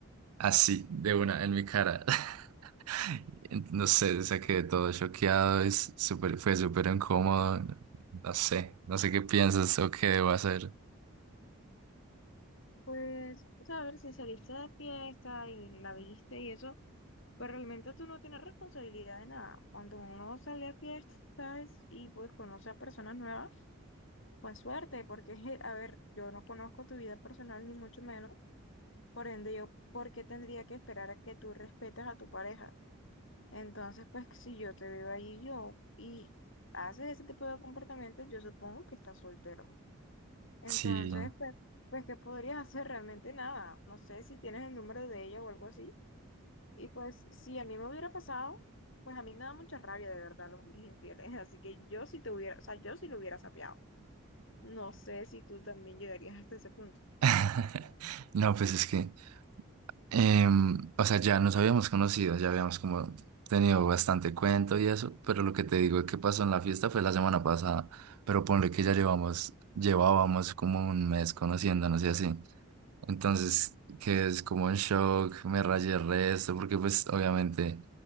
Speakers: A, on the right; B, on the left.
A: así, de una, en mi cara. <laughs> No sé, o sea, quedé todo choqueado, es súper, fue súper incómodo. No sé, no sé qué piensas o qué debo hacer.
B: Pues, o sea, a ver si saliste de fiesta y la viste y eso, pues realmente tú no tienes responsabilidad de nada. Cuando uno sale a fiestas y pues conoce a personas nuevas, pues suerte, porque, <laughs> a ver, yo no conozco tu vida personal ni mucho menos, por ende yo, ¿por qué tendría que esperar a que tú respetes a tu pareja? Entonces, pues si yo te veo ahí yo y haces ese tipo de comportamientos, yo supongo que estás soltero. Entonces,
A: Sí.
B: pues, pues, ¿qué podrías hacer? Realmente nada. No sé si tienes el número de ella o algo así. Y pues, si a mí me hubiera pasado, pues a mí me da mucha rabia de verdad los hombres infieles. <laughs> Así que yo sí te hubiera, o sea, yo sí lo hubiera sapeado. No sé si tú también llegarías hasta ese punto.
A: <laughs> No, pues es que Em, o sea, ya nos habíamos conocido, ya habíamos como tenido bastante cuento y eso, pero lo que te digo que pasó en la fiesta fue la semana pasada, pero ponle que ya llevamos, llevábamos como un mes conociéndonos y así. Entonces, que es como un shock, me rayé el resto, porque pues obviamente